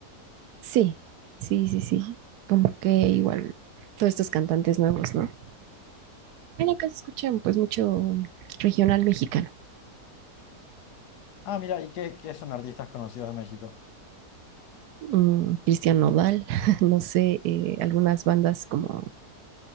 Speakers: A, on the right; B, on the left.
A: Sí, sí, sí, sí. Como que igual todos estos cantantes nuevos, ¿no? En la casa escuchan pues mucho regional mexicano,
B: Ah, mira, ¿y qué, qué son artistas conocidos de México?
A: mm, Cristian Nodal, <laughs> no sé, eh, algunas bandas como,